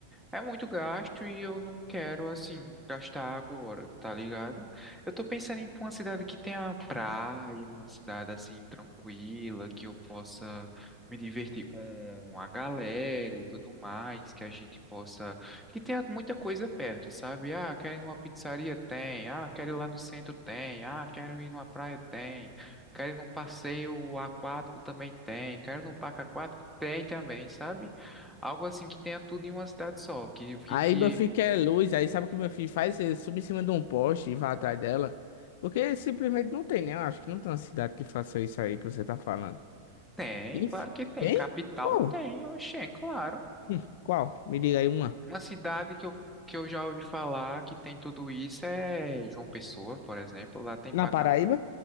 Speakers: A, in the centre; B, on the left (about 65°).
A: É muito gasto e eu não quero, assim, gastar agora, tá ligado? Eu tô pensando em ir pra uma cidade que tenha uma praia, uma cidade, assim, tranquila, que eu possa me divertir com a galera e tudo mais, que a gente possa... Que tenha muita coisa perto, sabe? Ah, quero ir numa pizzaria? Tem. Ah, quero ir lá no centro? Tem. Ah, quero ir numa praia? Tem. Quero ir num passeio aquático? Também tem. Quero ir num parque aquático? Tem também, sabe? Algo assim que tenha tudo em uma cidade só, que fique.
B: Aí meu filho quer luz, aí sabe o que meu filho faz? Ele sube em cima de um poste e vai atrás dela. Porque simplesmente não tem, né? Eu acho que não tem uma cidade que faça isso aí que você tá falando.
A: Tem,
B: Isso?
A: claro que tem.
B: Tem?
A: Capital
B: Qual?
A: tem, Oxê, claro.
B: Hum, Qual? Me diga aí uma.
A: Uma cidade que eu, que eu já ouvi falar que tem tudo isso é João Pessoa, por exemplo. Lá tem parque.
B: Na Paraíba?
A: aqu-